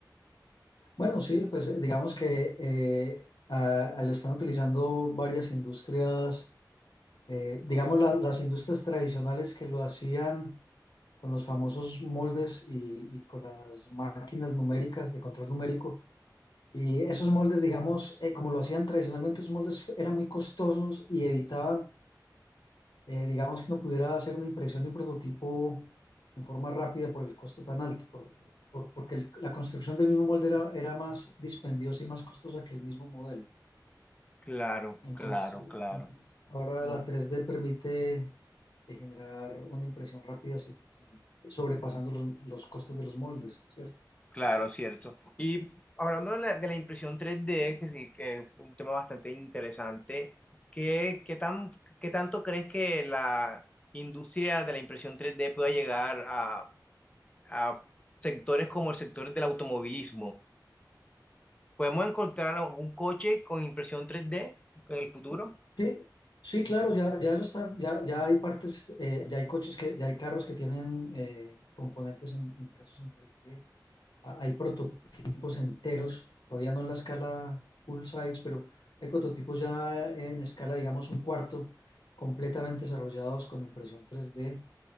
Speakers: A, on the left; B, on the left.
A: Bueno, sí, pues eh, digamos que eh, a- a- lo están utilizando varias industrias, eh, digamos la- las industrias tradicionales que lo hacían con los famosos moldes y, y con las máquinas numéricas de control numérico Y esos moldes, digamos, eh, como lo hacían tradicionalmente, esos moldes fu- eran muy costosos y evitaban, eh, digamos, que no pudiera hacer una impresión de un prototipo en forma rápida por el costo tan alto, por- por- porque el- la construcción del mismo molde era, era más dispendiosa y más costosa que el mismo modelo.
B: Claro,
A: Entonces,
B: claro, claro.
A: entonces, ahora
B: No.
A: la 3D permite eh, generar una impresión rápida sin- sin- sobrepasando los, los costos de los moldes, ¿cierto?
B: Claro, cierto. Y hablando de la, de la impresión 3D, que, sí, que es un tema bastante interesante, ¿qué, qué tan, qué tanto crees que la industria de la impresión 3D pueda llegar a, a sectores como el sector del automovilismo? ¿Podemos encontrar un coche con impresión 3D en el futuro?
A: Sí, sí, claro, ya, ya lo están, ya, ya hay partes, eh, ya hay coches que, ya hay carros que tienen eh, componentes en- impresos en 3D, Ha- hay prototipos enteros, todavía no en la escala full size, pero hay prototipos ya en escala, digamos, un cuarto, completamente desarrollados con impresión 3D.